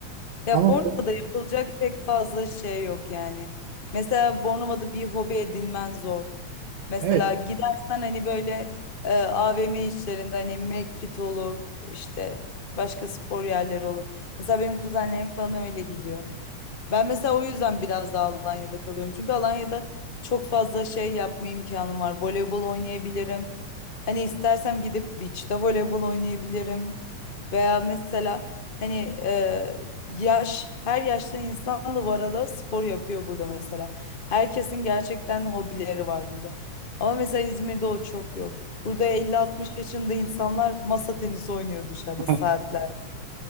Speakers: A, on the left (about 30°); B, on the right (about 65°).
A: Ya
B: ama
A: Bornova'da yapılacak pek fazla şey yok yani. Mesela Bornova'da bir hobi edinmen zor. Mesela
B: evet.
A: gidersen hani böyle e, AVM işlerinde hani McFit olur işte başka spor yerleri olur. Mesela benim kuzenlerim falan öyle gidiyor. Ben mesela o yüzden biraz daha Alanya'da kalıyorum. Çünkü Alanya'da çok fazla şey yapma imkanım var. Voleybol oynayabilirim. Hani istersem gidip beach'te voleybol oynayabilirim. Veya mesela hani e, yaş, her yaştan insan da bu arada spor yapıyor burada mesela. Herkesin gerçekten hobileri var burada. Ama mesela İzmir'de o çok yok. Burada elli, altmış yaşında insanlar masa tenisi oynuyor dışarıda
B: <laughs>
A: saatler.